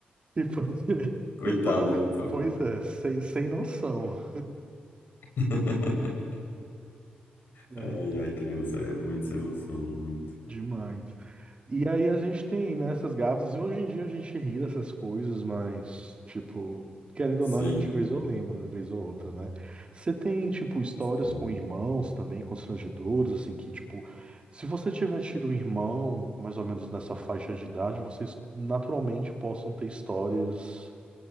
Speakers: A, on the right (about 30°); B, on the left (about 75°).
A: Tipo, <laughs>
B: Coitado,
A: tipo, totalmente.
B: tá bom.
A: Pois é, sem, sem noção.
B: <laughs>
A: né?
B: Ai, ai, criança, é muito sem noção, muito.
A: Demais. E aí a gente tem, né, essas gafas. assim, Hoje em dia a gente ri dessas coisas, mas, tipo, querendo
B: Sim.
A: ou não, a gente vez ou lembra, né, vez ou outra, né? Você tem, tipo, histórias
B: Hum.
A: com irmãos também, constrangedoras, assim, que, tipo, se você tiver tido um irmão, mais ou menos nessa faixa de idade, vocês naturalmente possam ter histórias